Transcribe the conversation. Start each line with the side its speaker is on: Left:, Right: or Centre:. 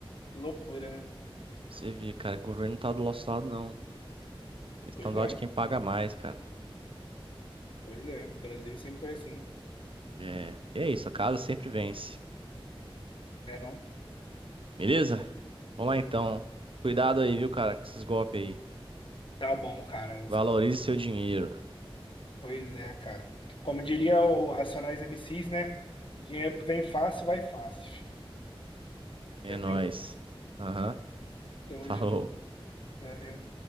Left: Que loucura, né?
Right: Você vê, cara, o governo não tá do nosso lado, não. Ele
Left: Pois
Right: tá do
Left: é,
Right: lado de quem paga mais, cara.
Left: pois é. O Brasil sempre foi assim,
Right: É, e é isso, a casa sempre vence.
Left: né, não?
Right: Beleza? Vamos lá então. Cuidado aí, viu, cara, com esses golpes aí.
Left: Tá bom, cara.
Right: Valorize seu dinheiro.
Left: Pois é, cara. Como diria o Racionais MCs, né? Dinheiro que vem fácil, vai fácil.
Right: É
Left: Já
Right: nóis.
Left: viu?
Right: Aham.
Left: Tamo
Right: Falou.
Left: junto. Valeu.